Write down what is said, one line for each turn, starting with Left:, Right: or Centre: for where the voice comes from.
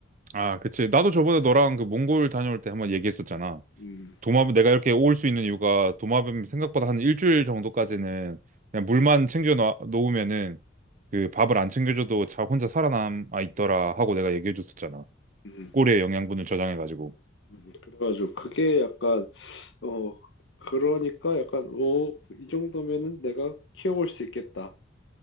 Right: 아, 그치. 나도 저번에 너랑 그 몽골 다녀올 때 한번 얘기했었잖아.
Left: 음,
Right: 도마뱀 내가 이렇게 올 수 있는 이유가 도마뱀 생각보다 한 일주일 정도까지는 그냥 물만
Left: 음,
Right: 챙겨 놔- 놓으면은 그 밥을 안 챙겨줘도 자 혼자 살아남아 있더라 하고 내가 얘기해줬었잖아.
Left: 음,
Right: 꼬리에 영양분을 저장해가지고.
Left: 음. 그래가지고 그게 약간 어 그러니까 약간 오, 이 정도면은 내가 키워볼 수 있겠다